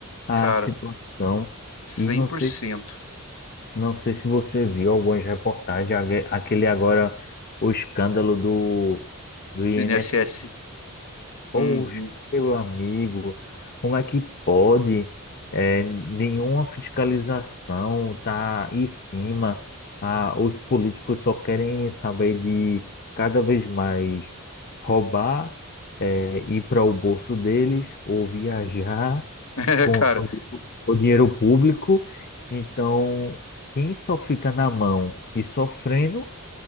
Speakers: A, on the left; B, on the left.
A: a
B: cara,
A: situação.
B: cem
A: E não
B: por
A: sei
B: cento.
A: Não sei se você viu algumas reportagens, ague- aquele agora, o escândalo do, do INSS.
B: INSS.
A: Poxa,
B: Uhum. <laughs>
A: meu amigo, como é que pode? É, nenhuma fiscalização tá em cima. Ah, os políticos só querem saber de cada vez mais roubar, é, ir para o bolso deles ou viajar
B: É,
A: com
B: cara,
A: o dinheiro público. Então, quem só fica na mão e sofrendo